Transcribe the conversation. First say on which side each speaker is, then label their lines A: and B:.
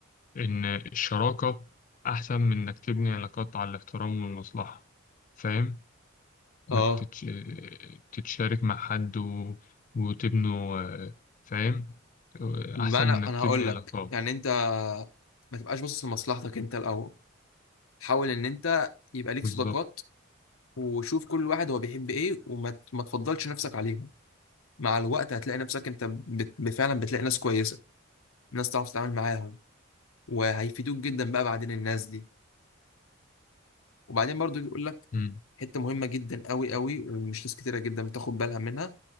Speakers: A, on the left (about 40°); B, on the left (about 80°).
A: إن الشراكة أحسن من إنك تبني علاقات على الاحترام والمصلحة فاهم؟
B: اه
A: إنك تتش... تتشارك مع حد و... وتبنوا آه، فاهم؟ آه،
B: ما
A: أحسن
B: انا
A: من إنك
B: انا
A: تبني
B: هقول
A: علاقات
B: لك يعني انت ما تبقاش باصص لمصلحتك انت الاول حاول ان انت يبقى ليك
A: بالظبط
B: صداقات وشوف كل واحد هو بيحب ايه وما ت- ما تفضلش نفسك عليهم مع الوقت هتلاقي نفسك انت بت- ب- فعلا بتلاقي ناس كويسه ناس تعرف تتعامل معاهم وهيفيدوك جدا بقى بعدين الناس دي وبعدين برضو يقول لك
A: مم.
B: حته مهمه جدا قوي قوي ومش ناس كتيره جدا بتاخد بالها منها